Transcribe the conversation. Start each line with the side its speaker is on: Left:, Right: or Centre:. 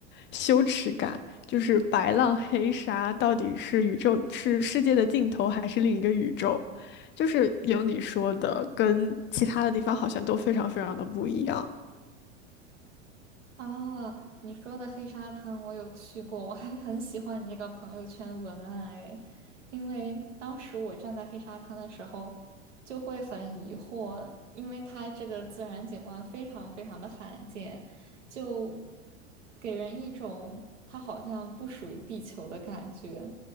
Left: 羞耻感，就是白浪黑沙到底是宇宙，是世界的尽头，还是另一个宇宙？就是有你说的，跟其他的地方好像都非常非常的不一样。
Right: 啊，你说的黑沙滩我有去过，我还很喜欢你这个朋友圈文案诶，因为当时我站在黑沙滩的时候，就会很疑惑，因为它这个自然景观非常非常的罕见，就给人一种它好像不属于地球的感觉。